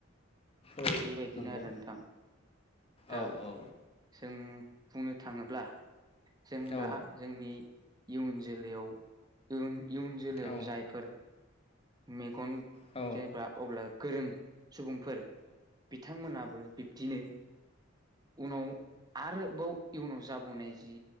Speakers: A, on the left; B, on the right.
A: औ
B: बेबायदिनो
A: नंगौ
B: आरो नोंथां दा
A: औ औ
B: जों बुंनो थाङोब्ला जों
A: औ
B: दा जोंनि इयुन जोलैयाव इयुन इयुन जोलैआव
A: औ
B: जायफोर मेगन
A: औ
B: जेब्ला अब्ला गोरों सुबुंफोर बिथांमोनाबो बिब्दिनो उनाव आरोबाव इयुनाव जाबोनाय जि